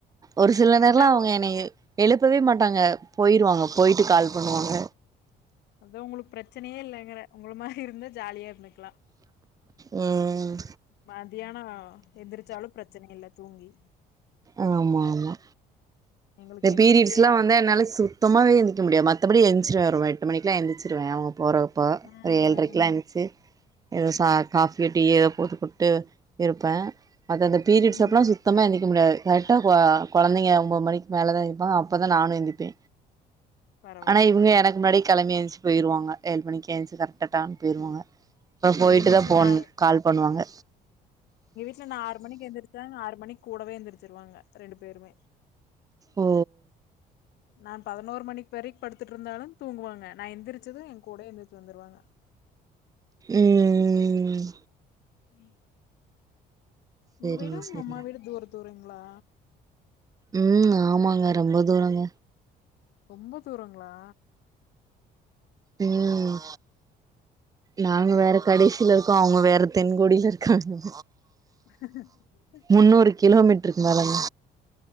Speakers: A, on the right; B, on the left.
A: ஒரு சில நேரம்லா
B: அதா
A: அவுங்க என்னைய எழுப்பவே மாட்டாங்க போயிருவாங்க போயிட்டு கால் பண்ணுவாங்க
B: அத உங்களுக்கு பிரச்சனையே இல்லைங்கிற உங்கள மாரி இருந்தா ஜாலியா இருந்துக்கலா
A: ம்
B: மத்தியானோ எந்திரிச்சாலு பிரச்சனை இல் தூங்கி
A: ஆமா ஆமா
B: எங்களுக்கு
A: இந்த
B: எந்திரிச்சே
A: பீரியட்ஸ் எல்லா
B: ஆகணு
A: வந்த என்னால சுத் சுத்தமாவே எந்திக்க முடிய மத்தபடி என்றிசுவே ஒரு எட்டு மணிகுல என்றிசுவே அவங்க போர இப்போ
B: ஆ
A: ஒரு ஏழுட்ரைகெல்லா
B: ஆ
A: எந்திசு ஏதோ சா காஃபிய டீ ஏதோ போட்டு கொடுத்துட்டு இருப்பே அந்த பீரியட்ஸ்
B: ம்
A: அப்பல்லா சுத் சுத்தமா எந்திக்க முடியாது கரெக்டா கொ கொழந்தைங்க ஒன்ம்பது மணிக்கு மேலே தா இருப்பாங்க அப்போ தா நானுயெந்திப்பே
B: பரவாயில்லைங்
A: ஆனா இவங்க எனக்கு முன்னாடி கெளம்பி எழுந்திச்சு போயிருவாங்க ஏழு மணி எந்திதிசு கரெக்டா டானு போயிருவாங்க. அப்புறோ போயிட்டு
B: எங்க வீட்ல
A: தா போன்
B: நா
A: கால் பண்ணுவாங்க.
B: இல்ல நா ஆறு மணிக்கு எந்திரச்சாங்க ஆறு மணிக்கு கூடவே எந்திரிச்சிருவாங்க ரெண்டு பேருமே
A: ஓ
B: நான் பதினோரு மணிக்கு வரைக்கு படுத்துட்டு இருந்தாலு தூங்குவாங்க நா எந்திரிசது என் கூடயே எந்துருச்சு வந்துருவாங்க
A: ம் ம்
B: <unintelligible> உங்க
A: செரிங்க
B: வீடும் உங்க
A: செரிங்க
B: அம்மா வீடும் தூர தூரங்களா
A: ம் ஆமாங்க ரொம்ப தூரங்க
B: ரொம்ப தூரங்ளா
A: ம் நாங்க வேற கடேசில இருக்கோ அவுங்க வேற தென்கோடில இருக்காங்க
B: <unintelligible>
A: முன்னூறு கிலோமீட்ருக்கு மேலங்க